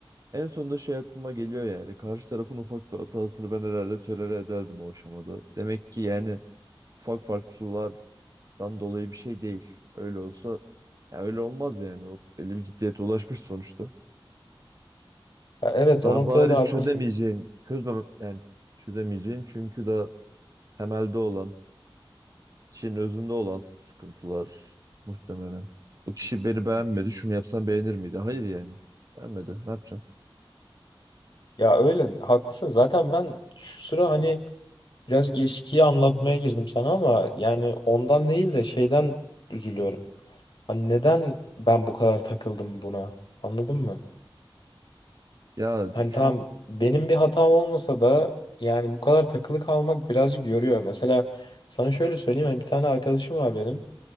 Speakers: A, on the right; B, on the left.
A: En sonunda şey aklıma geliyor yani. Karşı tarafın ufak bir hatasını ben herhalde tolere ederdim o aşamada. Demek ki yani ufak farklılıklardan dolayı bir şey değil. Öyle olsa ya öyle olmaz yani. O belli bir ciddiyete ulaşmış sonuçta.
B: Ya evet
A: Daha
B: o noktada
A: bariz
B: da haklısın.
A: çözemeyeceğin, çözmem yani çözemeyeceğin çünkü daha temelde olan kişinin özünde olan sıkıntılar muhtemelen. Bu kişi beni beğenmedi. Şunu yapsam beğenir miydi? Hayır yani. Beğenmedi. Ne yapacağım?
B: Ya öyle haklısın. Zaten ben şu sıra hani biraz ilişkiyi anlatmaya girdim sana ama yani ondan değil de şeyden üzülüyorum. Hani neden ben bu kadar takıldım buna? Anladın mı?
A: Ya
B: Hani
A: çünkü
B: tamam benim bir hatam olmasa da yani bu kadar takılı kalmak birazcık yoruyor. Mesela sana şöyle söyleyeyim hani bir tane arkadaşım var benim.